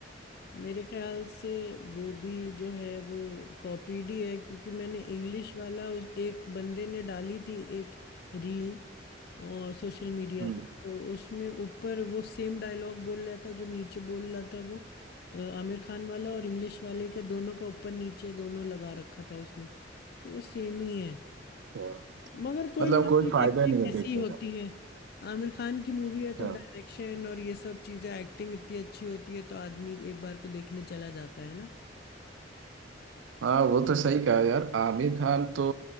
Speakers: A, on the left (about 55°); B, on the right (about 75°).
A: मेरे ख्याल से वो भी जो है वो कॉपीड ही है क्योंकि मैंने इंग्लिश वाला उस एक बंदे ने डाली थी एक रील और सोशल मीडिया
B: हम्म
A: पे तो उसमें ऊपर वो सेम डायलॉग बोल रहा था जो नीचे बोल रहा था वो अ, आमिर खान वाला और इंग्लिश वाले के दोनों का ऊपर नीचे दोनों लगा रखा था उसने तो वो सेम ही है
B: तो
A: मगर कोई
B: मतलब
A: बात नहीं
B: कोई फायदा
A: देखते
B: नहीं
A: हैं
B: है
A: कैसी
B: देखने
A: होती है आमिर खान की मूवी है
B: का
A: तो डायरेक्शन और ये सब चीजें एक्टिंग इतनी अच्छी होती है तो आदमी एक बार को देखने चला जाता है ना
B: हाँ वो तो सही कहा यार आमिर खान तो